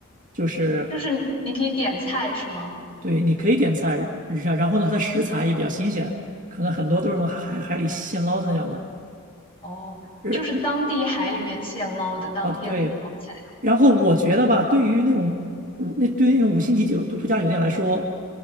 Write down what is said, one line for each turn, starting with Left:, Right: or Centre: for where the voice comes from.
Right: 就是
Left: 就是你可以点菜是吗？
Right: 对，你可以点菜，然然后呢，它的食材也比较新鲜，可能很多都是从海海里现捞的那样的。
Left: 哦，
Right: 日
Left: 就是当地海里面现捞的，当天捞起来
Right: 哦，对然后我觉得吧，对于那种五那对于那种五星级酒度度假酒店来说，